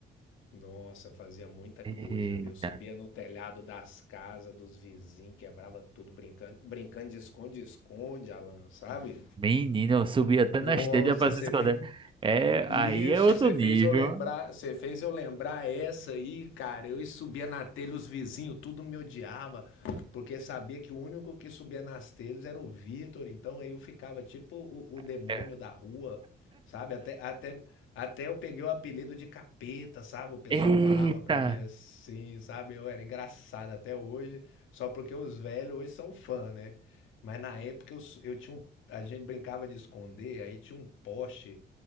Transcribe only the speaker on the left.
Nossa, fazia muita
coisa, viu? Subia no telhado das casas dos vizinhos, quebrava tudo brincando, brincando de esconde-esconde, Alan, sabe?
Nossa,
você
vê.
Isso,
você
fez eu lembrar, você fez eu lembrar essa aí, cara. Eu subia na telha, os vizinhos tudo me odiava, porque sabia que o único que subia nas telhas era o Vitor, então aí eu ficava tipo o, o
demônio da rua, sabe? Até, até, até eu peguei o apelido de capeta, sabe? O pessoal
falava pra mim assim, sabe? Eu era engraçado até hoje, só porque os velhos hoje são fã, né? Mas na época eu, s- eu tinha um, a gente brincava de esconder, aí tinha um poste